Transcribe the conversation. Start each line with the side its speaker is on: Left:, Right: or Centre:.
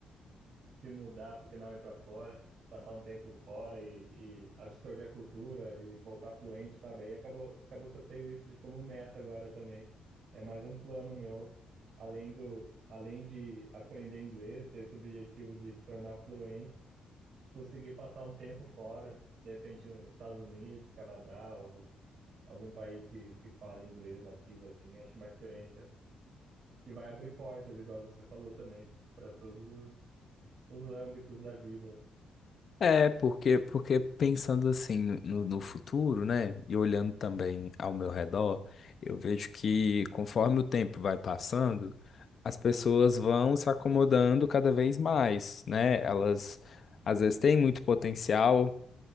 Right: se mudar, porque não ir para fora, passar um tempo fora e, e absorver a cultura e voltar fluente, sabe? Aí acabou, acabou que eu tenho isso de como meta agora também. É mais um plano meu, além do, além de aprender inglês, ter esse objetivo de se tornar fluente, conseguir passar um tempo fora, de repente nos Estados Unidos, Canadá ou algum país que, que fale inglês nativo, assim, acho uma experiência que vai abrir portas, igual você falou também, para todos os os âmbitos da vida. né?
Left: É, porque, porque pensando assim no, no futuro, né, e olhando também ao meu redor, eu vejo que conforme o tempo vai passando, as pessoas vão se acomodando cada vez mais, né? Elas às vezes têm muito potencial